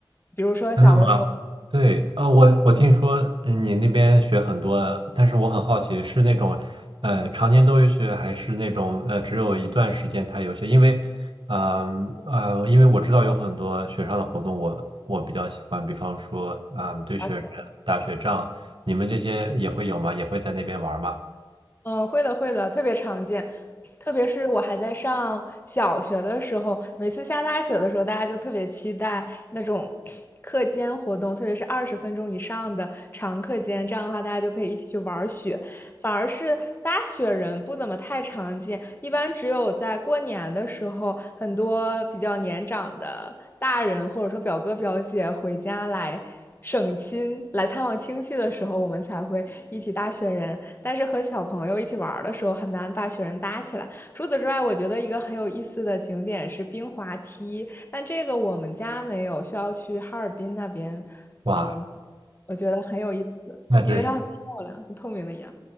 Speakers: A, on the left; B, on the right.
A: 比如说小的时候
B: 真的吗？对，呃，我我听说呃你那边学很多，但是我很好奇，是那种呃常年都有学，还是那种呃只有一段时间他有学？因为，嗯呃，因为我知道有很多学上的活动我，我比较喜欢，比方说，嗯、堆雪人、
A: 滑雪的
B: 打雪仗，你们这些也会有吗？也会在那边玩吗？
A: 嗯，会的会的，特别常见。特别是我还在上小学的时候，每次下大雪的时候，大家就特别期待那种课间活动，特别是二十分钟以上的长课间，这样的话大家就可以一起去玩雪。反而是搭雪人不怎么太常见，一般只有在过年的时候，很多比较年长的大人或者说表哥表姐回家来省亲、来探望亲戚的时候，我们才会一起搭雪人。但是和小朋友一起玩的时候，很难把雪人搭起来。除此之外，我觉得一个很有意思的景点是冰滑梯，但这个我们家没有，需要去哈尔滨那边。
B: 哇，
A: 嗯，我觉得很有意思，
B: 那真是，
A: 因为它很漂亮，就透明的一样。